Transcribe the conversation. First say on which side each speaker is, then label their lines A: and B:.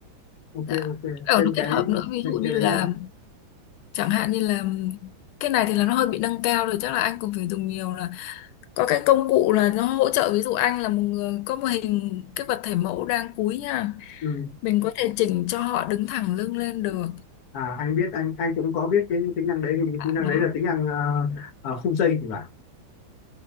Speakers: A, on the left (about 60°); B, on the left (about 90°).
A: ok,
B: Dạ.
A: ok.
B: Ở
A: Thêm
B: nó kết
A: cái,
B: hợp nữa ví
A: thêm
B: dụ
A: cái
B: như
A: đấy
B: là
A: nữa.
B: chẳng hạn như là cái này thì là nó hơi bị nâng cao rồi chắc là anh cũng phải dùng nhiều là có cái công cụ là nó hỗ trợ ví dụ anh là một người có một hình cái vật thể mẫu đang cúi nha
A: Ừ.
B: mình có thể chỉnh cho họ đứng thẳng lưng lên được
A: À, anh biết anh anh cũng có biết cái tính năng đấy vì
B: à,
A: tính năng
B: đó
A: đấy là tính năng ờ, ờ, khung dây thì phải